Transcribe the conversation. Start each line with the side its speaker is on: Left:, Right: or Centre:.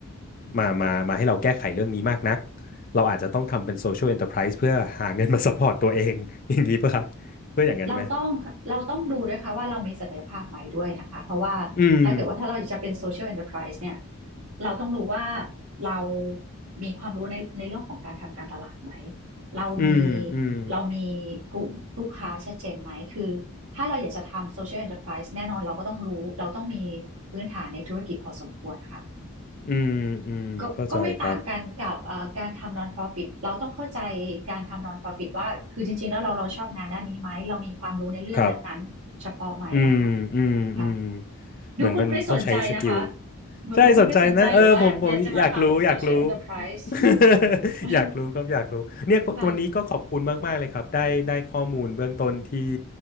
Left: มามามาให้เราแก้ไขเรื่องนี้มากนักเราอาจจะต้องทำเป็นโซเชียล n อน e ต p r i s e เพื่อหาเงินมาซัพพอร์ตตัวเอง <laughs> อย่างนี้ป่ะครับเพื่ออย่างนั้นไหม
Right: เราต้องเราต้องดูด้วยค่ะว่าเรามีศักยภาพไหมด้วยนะคะเพราะว่าถ้าเกิดว่าถ้าเราจะเป็น
Left: อืม
Right: social enterprise เนี่ยเราต้องรู้ว่าเรามีความรู้ในในเรื่องของการทำการตลาดไหมเรามี
Left: อืมอืม
Right: เรามีกลุ่มลูกค้าชัดเจนไหมคือถ้าเราอยากจะทำ social enterprise แน่นอนเราก็ต้องรู้เราต้องมีพื้นฐานในธุรกิจพอสมควรค่ะ
Left: อืมอืมเข้าใจครับ
Right: ก็ก็ไม่ต่างกันกับเอ่อการทำ non-profit เราต้องเข้าใจการทำ non-profit ว่าคือจริงๆแล้วเราเราชอบงานด้านนี้ไหมเรามีความรู้ในเรื่องนั้นๆเฉพาะไหมอะค่ะ
Left: ครับ อืมอืมอืม
Right: ค่ะ
Left: เหมือนมันต้องใช้สกิล
Right: ดูคุณคริสสนใจนะคะ
Left: ใช่สนใจนะเออผมผมอยากรู้อยากรู้
Right: ดูคุณคริสสนใจหรือว่าอยากจะมาทำ social enterprise
Left: <laughs>
Right: <laughs>
Left: อยากรู้ครับอยากรู้เนี่ยวันนี้ก็ขอบคุณมากๆเลยครับได้ได้ข้อมูลเบื้องต้นที่
Right: ค่ะ